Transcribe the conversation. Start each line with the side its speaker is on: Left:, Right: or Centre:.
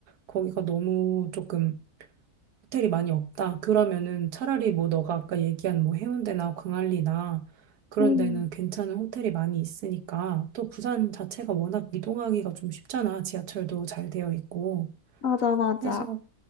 Right: 거기가 너무 조금 호텔이 많이 없다. 그러면은 차라리 뭐 너가 아까 얘기한 뭐 해운대나 광안리나 그런
Left: 응,
Right: 데는 괜찮은 호텔이 많이 있으니까 또 부산 자체가 워낙 이동하기가 좀 쉽잖아. 지하철도 잘 되어 있고
Left: 맞아, 맞아.
Right: 해서